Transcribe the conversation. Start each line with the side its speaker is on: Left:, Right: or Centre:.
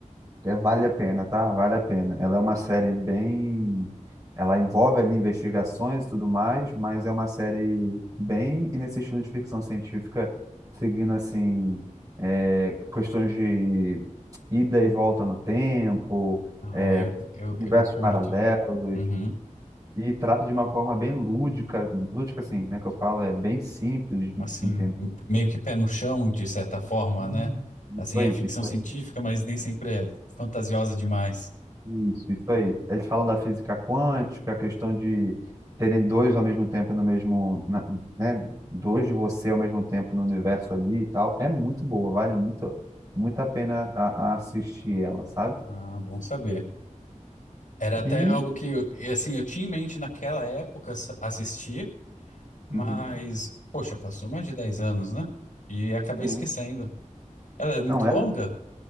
Right: É, vale a pena, tá? Vale a pena. Ela é uma série bem. Ela envolve ali investigações e tudo mais, mas é uma série bem nesse estilo de ficção científica, seguindo assim, é, questões de ida e volta no tempo,
Left: Ah,
Right: é,
Left: eu, eu,
Right: universos
Left: eu curto.
Right: paralelos,
Left: Uhum.
Right: e trata de uma forma bem lúdica, lúdica assim, né? Que eu falo, é bem simples de
Left: Assim,
Right: de entender.
Left: meio que pé no chão, de certa forma,
Right: Hum,
Left: né?
Right: Isso
Left: Assim,
Right: aí,
Left: é ficção
Right: isso
Left: científica,
Right: aí,
Left: mas nem sempre é fantasiosa demais.
Right: isso, isso aí. Eles falam da física quântica, a questão de terem dois ao mesmo tempo no mesmo, na- né? Dois de você ao mesmo tempo no universo ali e tal. É muito boa, vale muito, muito a pena a, a assistir ela, sabe?
Left: Ah, bom saber. Era até
Right: E,
Left: algo que, eu- assim, eu tinha em mente naquela época s- assistir. Mas,
Right: uhum,
Left: poxa, passou mais de 10 anos, né? E acabei
Right: sim.
Left: esquecendo. Ela é muito
Right: Não, ela,
Left: longa?